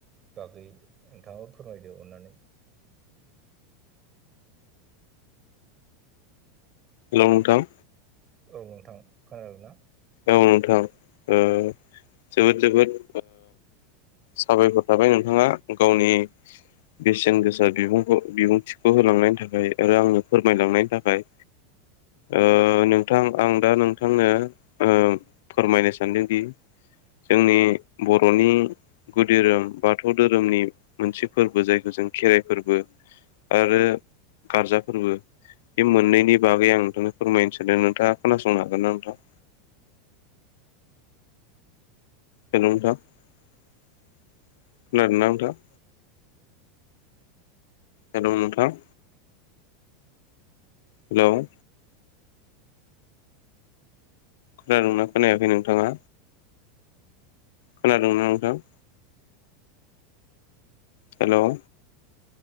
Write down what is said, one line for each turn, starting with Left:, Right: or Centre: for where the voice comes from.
Right: बाखै नोंथाङाबो फोरमायदो अननानै
Left: हेल' नोंथां
Right: औ नोंथां खोनादों ना?
Left: ओ नोंथां ओ जोबोद जोबोद साबायखर थाबाय नोंथाङा गावनि बेसेन गोसा बिबुंखौ बिबुंथिखौ होलांनायनि थाखाय आरो आंनो फोरमायलांनायनि थाखाय।
Right: <inaudible>
Left: ओ नोंथां आं दा नोंथांनो ओ फोरमायनो सानदोंदि जोंनि बर'नि गुदिधोरोम बाथौ धोरोमनि मोनसे फोरबो जायखौ जों खेराइ फोरबो आरो गारजा फोरबो बे मोननैनि बागै आं नोंथांनो फोरमायनो सानदों। नोंथाङा खोनासंनो हागोन ना नोंथां? हेल' नोंथां खानादोंना नोंथां? हेल' नोंथां? हेल' खोनादों ना खोनायाखै नोंथाङा? खोनादों ना नोंथां? हेल'